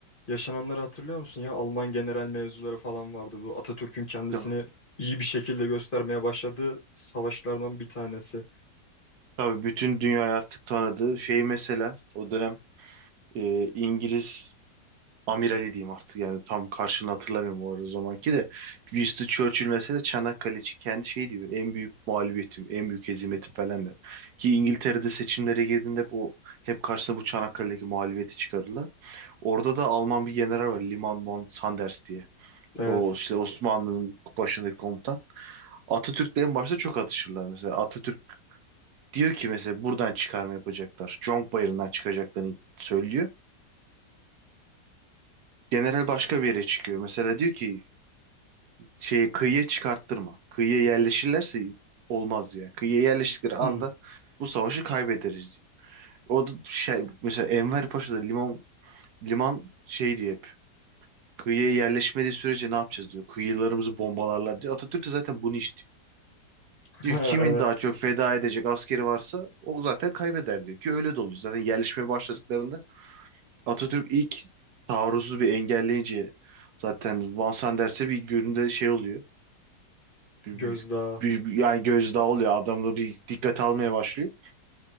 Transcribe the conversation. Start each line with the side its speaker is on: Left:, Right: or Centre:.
Left: yaşananları hatırlıyor musun ya? Alman general mevzuları falan vardı. Bu Atatürk'ün kendisini
Right: Tamam.
Left: iyi bir şekilde göstermeye başladığı savaşlardan bir tanesi.
Right: Tabii bütün dünyayı artık tanıdığı şey mesela o dönem e, İngiliz amirali diyeyim artık yani tam karşılığını hatırlamıyorum o arada zamanki de Winston Churchill mesela Çanakkale için kendi şey diyor en büyük mağlubiyetim en büyük hezimetim falan der. Ki İngiltere'de seçimlere girdiğinde hep o hep karşısına bu Çanakkale'deki mağlubiyeti çıkarırlar. Orada da Alman bir general var Liman von Sanders diye.
Left: Evet.
Right: O işte Osmanlı'nın başındaki komutan. Atatürk'le en başta çok atışırlar mesela. Atatürk diyor ki mesela buradan çıkarma yapacaklar. Conk Bayırı'ndan çıkacaklarını söylüyor. General başka bir yere çıkıyor. Mesela diyor ki şeye kıyıya çıkarttırma. Kıyıya yerleşirlerse olmaz diyor. Yani kıyıya yerleştikleri anda
Left: Hmm.
Right: bu savaşı kaybederiz diyor. O da şey mesela Enver Paşa'da liman liman şey diyor hep. Kıyıya yerleşmediği sürece ne yapacağız diyor. Kıyılarımızı bombalarlar diyor. Atatürk de zaten bunu istiyor.
Left: Ha,
Right: Diyor ki kimin
Left: Evet,
Right: daha çok feda edecek askeri varsa o zaten kaybeder diyor ki öyle de oluyor. Zaten yerleşmeye başladıklarında Atatürk ilk taarruzu bir engelleyince zaten Vansan derse bir günde şey oluyor. bir,
Left: gözdağı.
Right: bir- bir- bir- yani gözdağı oluyor. Adamda bir dikkat almaya başlıyor.